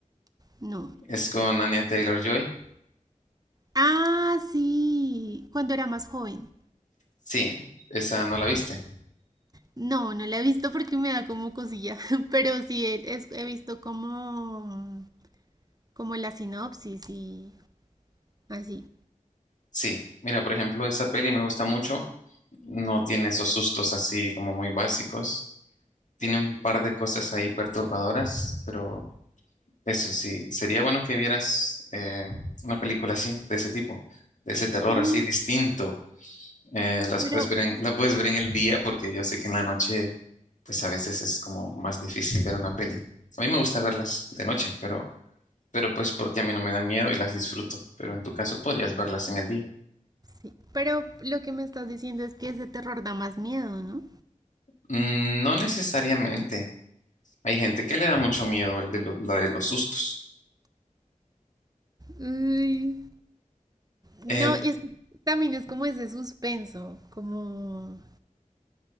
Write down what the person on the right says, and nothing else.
No.
Ah, sí. Cuando era más joven.
No, no la he visto porque me da como cosilla, <laughs> pero sí he, es- he visto como, como la sinopsis y así.
Mm,
Pero,
sí. Pero lo que me estás diciendo es que ese terror da más miedo, ¿no?
Ay, No,
y es que también es como ese suspenso, como...